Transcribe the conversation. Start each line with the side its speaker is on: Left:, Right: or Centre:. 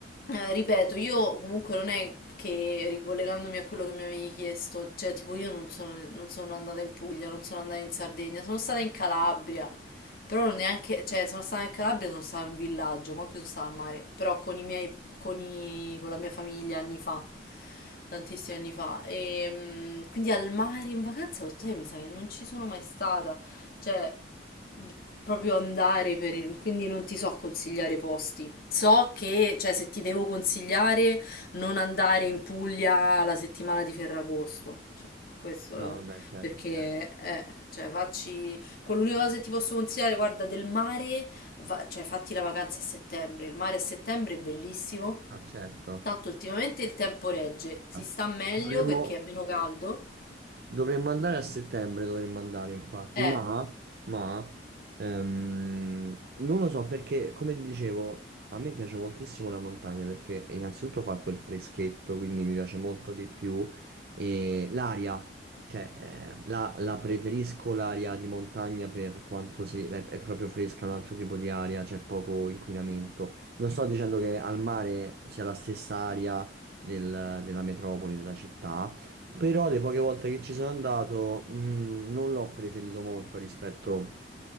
Left: eh, ripeto, io comunque non è che ricollegandomi a quello che mi avevi chiesto, cioè tipo io non sono, non sono andata in Puglia, non sono andata in Sardegna, sono stata in Calabria, però non neanche, cioè sono stata in Calabria, sono stata in un villaggio, ma anche sono stata al mare, però con i miei, con i- con la mia famiglia anni fa, tantissimi anni fa, e mm, quindi al mare in vacanza, lo sai, mi sa che non ci sono mai stata, cioè proprio andare per il- quindi non ti so consigliare posti. So che, cioè, se ti devo consigliare, non andare in Puglia la settimana di Ferragosto. Cioè, questo
Right: No,
Left: è-
Right: vabbè, certo,
Left: perché,
Right: eh.
Left: eh, cioè, facci... Quell'unica cosa che ti posso consigliare, guarda, del mare, va- cioè, fatti la vacanza a settembre. Il mare a settembre è bellissimo.
Right: No, certo.
Left: Tanto ultimamente il tempo regge, si
Right: Vabbè.
Left: sta meglio
Right: Dovremmo...
Left: perché è meno caldo.
Right: Dovremmo andare a settembre, dovremmo andare infatti,
Left: Eh,
Right: ma, ma, ehm, non lo so perché, come ti dicevo, a me piace moltissimo la montagna perché innanzitutto fa quel freschetto, quindi mi piace molto di più e l'aria, cioè eh, la, la preferisco l'aria di montagna per quanto si, è, è proprio fresca, un altro tipo di aria, c'è poco inquinamento. Non sto dicendo che al mare sia la stessa aria del- della metropoli, della città. Però le poche volte che ci sono andato, mm, non l'ho preferito molto rispetto,